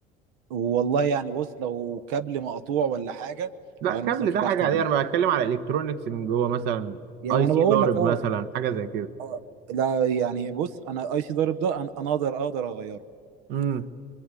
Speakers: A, on the right; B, on the right.
A: والله يعني بص لو كابل مقطوع ولا حاجه
B: لا
A: لو
B: كابل
A: انا مثلا فتحت
B: ده حاجة
A: ال-
B: عادية انا بتكلم على الكترونيكس من جوه مثلا
A: يعني
B: اي
A: انا
B: سي
A: بقول
B: ضارب
A: لك اه
B: مثلا حاجة زي
A: آه، لا يعني بص انا اي سي ضارب ده انا أنا اقدر اقدر اغيره
B: كده